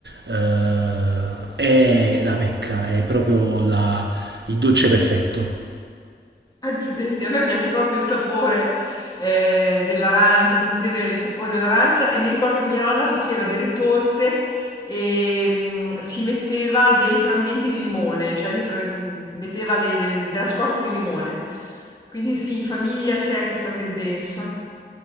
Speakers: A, on the right (about 75°); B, on the left (about 20°).
A: eh, è la Mecca, è proprio la- il dolce perfetto.
B: Accidenti, a me piace proprio il sapore, eh, dell'arancia, sentire il sapore dell'arancia e mi ricordo che mia nonna faceva delle torte e mm, ci metteva dei frammenti di limone, cioè dei fra- metteva dei- della scorza di limone. Quindi sì, in famiglia c'è questa tendenza.